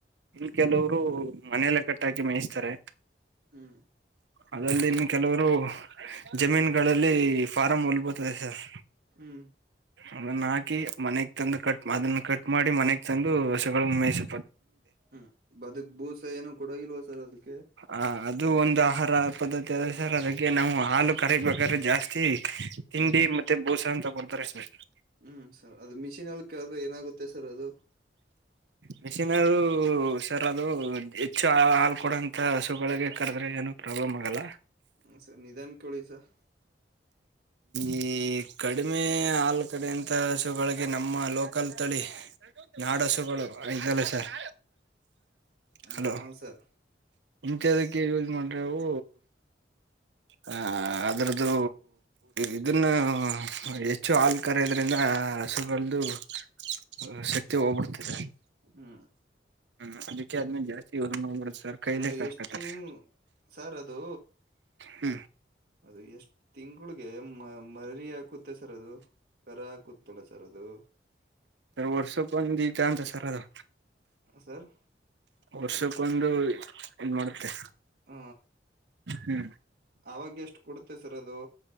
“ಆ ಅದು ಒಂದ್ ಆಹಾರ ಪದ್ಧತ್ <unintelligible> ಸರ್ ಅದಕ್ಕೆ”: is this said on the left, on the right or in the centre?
Right